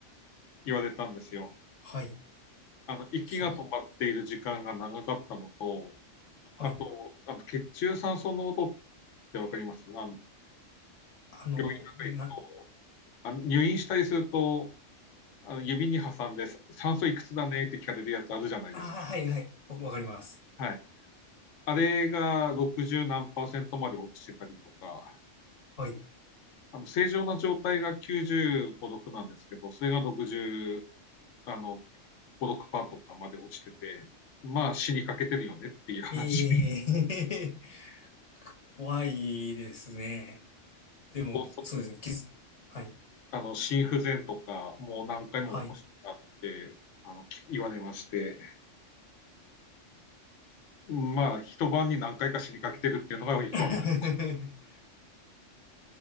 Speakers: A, on the left; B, on the left.
A: 言われたんですよ。
B: はい。
A: あの、息が止まっている時間が長かったのと、
B: しょ、はい。
A: あと、あの血中酸素濃度ってわかりますあの
B: あの、
A: 病院なんか行くと、
B: な、
A: あの入院したりすると、あの指に挟んで酸素いくつだねって聞かれるやつあるじゃないですか。
B: あ、はい、はい。わわかります。
A: はい。あれが60何パーセントまで落ちてたりとか、
B: はい。
A: あの正常な状態が95、6なんですけど、それが60、あの、5、6パーとかまで落ちてて、まあ死にかけてるよねっていう話。
B: え
A: <laughs>
B: え <laughs> 怖いですね。
A: あと、
B: でも、
A: そ
B: そうですね。気づ、はい。
A: あの、心不全とか、もう何回も起こしてあって、
B: はい。
A: あの、き言われまして、まあ、一晩に何回か死にかけてるっていうのがよくわかる。
B: <laughs>